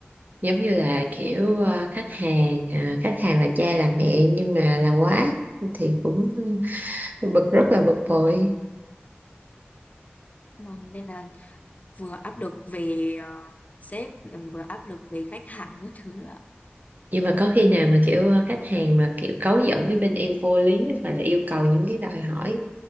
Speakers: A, on the right; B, on the left.
A: giống như là kiểu ờ, khách hàng ờ, khách hàng là cha là mẹ nhưng mà là quá thì cũng ừ, bực rất là bực bội
B: vâng nên là vừa áp lực về ờ, sếp ừ, vừa áp lực về khách hàng các thứ nữa
A: nhưng mà có khi nào mà kiểu ờ, khách hàng mà kiểu cấu giỡn với bên em vô lý hoặc là yêu cầu những cái đòi hỏi